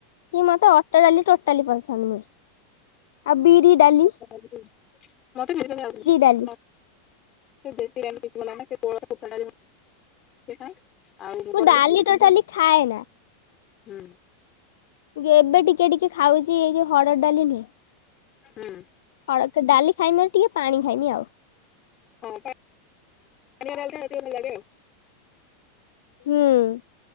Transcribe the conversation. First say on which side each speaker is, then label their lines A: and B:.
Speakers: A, on the left; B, on the left.
A: ସେଇ ମତେ ଅଟାଡାଲି ଟୋଟାଲି ପସନ୍ଦ ନୁହେଁ ଆଉ ବିରିଡାଲି
B: <inaudible>
A: ଡାଲି
B: ସେ ଦେଶୀ ଡାଲି <unintelligible> ଆଉ ମୁଗ
A: ମୁଁ
B: ଡାଲି
A: ଟୋଟାଲି ଖାଏ
B: <inaudible>
A: ନା।
B: ହୁଁ।
A: ଏବେ ଟିକେ ଟିକେ ଖାଉଚି ଏଇ ଯୋଉ ହରଡଡାଲି ନୁହେଁ।
B: ହୁଁ।
A: ହଳଡ ଡାଲି ଖାଇମି ଟିକେ ପାଣି ଖାଇମି ଆଉ।
B: ପାଣିଆ ଡାଲି ଟା ଟିକେ ଭଲ ଲାଗେ ଆଉ।
A: ହୁଁ।